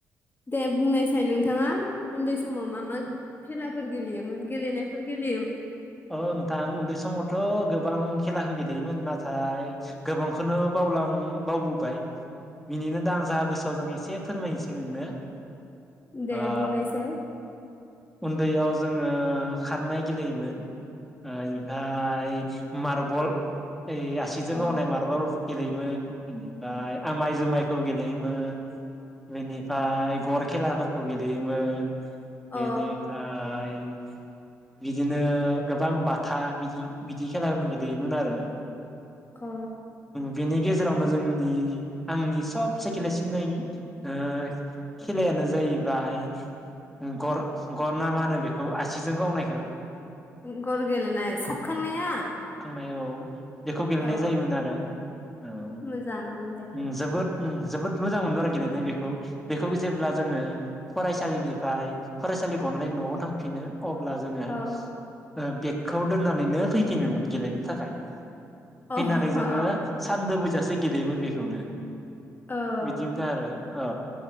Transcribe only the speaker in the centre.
औ नोंथां उन्दै समावथ' गोबां खेलाखो गेलेयोमोन नाथाय गोबांखौनो बावलां बावबोबाय बिनिनो दा आं जा गोसोआव जों एसे फोरमायनोसै नोंनो
ओ
उन्दैयाव जोङो खारनाय गेलेयोमोन ओ इनिफ्राय मार्बल ए आसिजों
गावनाय मार्बल गेलेयोमोन इनिफ्राय आमाय-जुमायखौ गे लेयोमोन बेनिफ्राय गर खेलाफोरखौ गेलेयोमोन। बेेनिफ्राय
बिदिनो गोबां बाथा बिदि बिदि खेलाफोर गेलेयोमोन आरो
बेनि गेजेरावनो जोंनि आंनि सबसे गेलेसिननायनि ओ खेलायानो जाहैबाय ओं गर गरना मा होनो बेखौ आ सिजों गावनायखौ
नाय औ बेखौ गेलेनाय
जायोमोन आरो औ ओं
जोबोद ओं जोबोद मोजां मोनमारो गेलेनाय बेखौ बेखौ जेब्ला जोङो फरायसालिनिफ्राय फरायसालि गनानै न'आव थांफिनो अब्ला जोङो
ओ बेगखौ दोननानैनो फैफिनोमोन गेलेनो थाखाय
फैनानै
जोङो सानदोबै जासे गेलेयोमोन बेखौनो।
बिदिमोन आरो औ